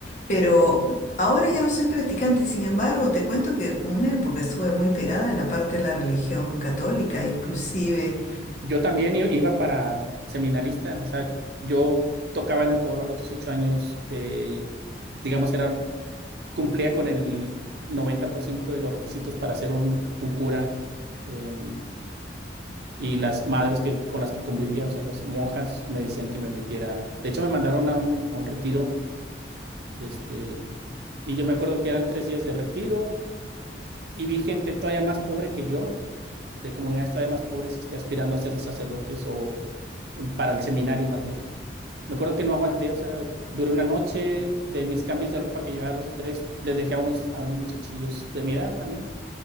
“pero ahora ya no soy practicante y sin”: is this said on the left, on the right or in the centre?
Left